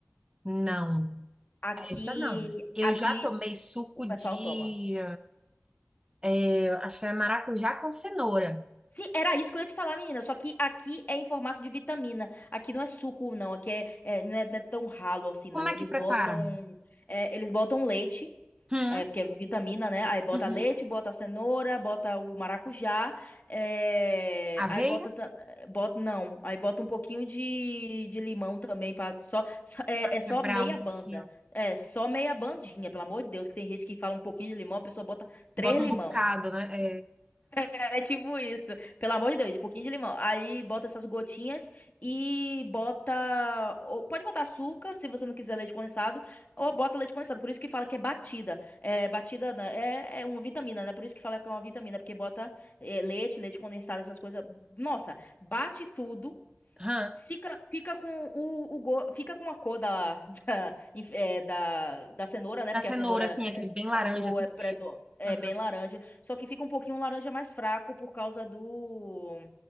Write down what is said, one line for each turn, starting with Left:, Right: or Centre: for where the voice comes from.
Right: Não,
Left: Aqui,
Right: essa não. Eu
Left: aqui
Right: já tomei suco
Left: o pessoal
Right: de,
Left: toma.
Right: eu acho que era maracujá com cenoura.
Left: Sim, era isso que eu ia te falar, menina. Só que aqui é em formato de vitamina. Aqui não é suco, não. Aqui é, é- não é, não é tão ralo assim, não.
Right: Como é
Left: Eles
Right: que
Left: botam,
Right: prepara?
Left: é, eles botam leite,
Right: Hum,
Left: é, porque é vitamina, né? Aí bota
Right: uhum.
Left: leite, bota cenoura, bota o maracujá, é,
Right: Aveia,
Left: aí bota, ta- bota, não. Aí bota um pouquinho de, de limão também para só, só- é, é só
Right: quebrar
Left: meia
Right: um
Left: banda.
Right: pouquinho.
Left: É, só meia bandinha, pelo amor de Deus, que tem gente que fala um pouquinho de limão, a pessoa bota três
Right: Bota
Left: limão.
Right: um bocado, né? É.
Left: É tipo isso. Pelo amor de Deus, um pouquinho de limão. Aí bota essas gotinhas e bota. ou pode botar açúcar, se você não quiser leite condensado, ou bota leite condensado. Por isso que fala que é batida. É, batida né, é, é uma vitamina, né? Por isso que fala que é uma vitamina, porque bota é, leite, leite condensado, essas coisas. Nossa, bate tudo.
Right: Aham.
Left: Fica, fica com o, o go- fica com a cor da, <laughs> da, inf- é, da, da cenoura, né?
Right: Da
Left: Porque
Right: cenoura,
Left: a cenoura,
Right: assim, aquele
Left: é-
Right: bem laranja,
Left: a cor
Right: assim,
Left: é, predo,
Right: vivo.
Left: é
Right: Aham.
Left: bem laranja. Só que fica um pouquinho laranja mais fraco por causa do